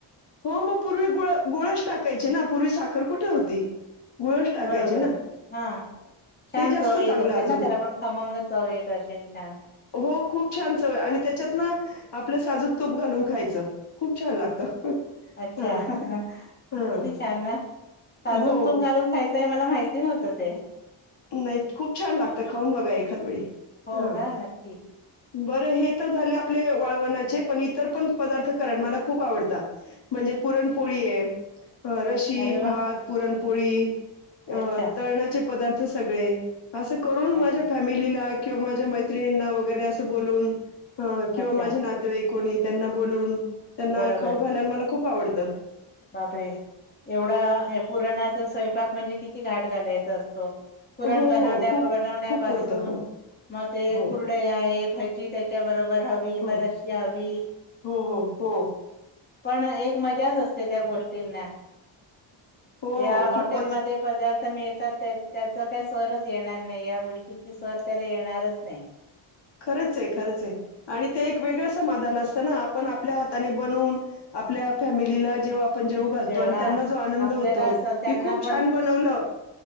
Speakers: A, on the left; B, on the left.
A: हो मग पूर्वी गुळ गुळच टाकायचे ना पूर्वी साखर कुठे होती. गुळच टाकायचे
B: बरोबर
A: ना
B: हा! छान
A: ते जास्त
B: चव
A: चांगलं
B: येत असेल
A: अजून
B: ना त्याला पण, खमंग चव येत असेल छान!
A: हो खूप छान चवय आणि त्याच्यात ना आपलं साजूक तूप घालून खायचं खूप छान लागतं
B: अच्छा
A: ह
B: किती
A: ह
B: छान ना साजूक
A: हो
B: तूप घालून खायचं मला माहिती नव्हतं ते
A: नाही खूप छान! लागत खाऊन बघा एखाद वेळी
B: हो
A: हा
B: का नक्की
A: बरं हे तर झाले आपले वळवणाचे पण इतर पण पदार्थ करा मला खूप आवडता म्हणजे पुरणपोळी आहे अ, रशी
B: अरे
A: भात
B: वा
A: पुरणपोळी अ
B: अच्छा
A: तरळणाचे पदार्थ सगळे असं करून
B: अच्छा
A: माझ्या फॅमिलीला किंवा माझ्या मैत्रिणींना वगैरे असं बोलवून ह किंवा
B: अच्छा
A: माझे नातेवाई कोणी त्यांना बोलवून त्यांना
B: बरोबर
A: खाऊ घालायन मला खूप आवडत.
B: बापरे! एवढा पुराणाचा स्वयंपाक म्हणजे किती घाट घालायच असतो. पुरण
A: हो,
B: बनवल्या
A: हो खूप
B: बनवण्यापासून
A: खूप पुरतं हो,
B: मग ते
A: हो,
B: कुर ड आहे भजी त्याच्या बरोबर हवी
A: हो,
B: मरशी हवी
A: हो हो हो
B: पण एक मजाच असते त्या गोष्टींना
A: हो
B: या
A: खूपच
B: हॉटेलमध्ये पदार्थ मिळतात त्याचा काही सरच येणार नाही या गोष्टींची सर त्याला येणारच नाही!
A: खरंच आहे खरंच आहे आणि ते एक वेगळं समाधान असतं ना आपण आपल्या हाताने बनवून आपल्या फॅमिलीला जेवा आपण जेऊ घालतो
B: तेव्हा
A: आणि त्यांना जो आनंद
B: आपल्याला
A: होतो
B: असं त्यांना
A: की खूप
B: पण
A: छान बनवलं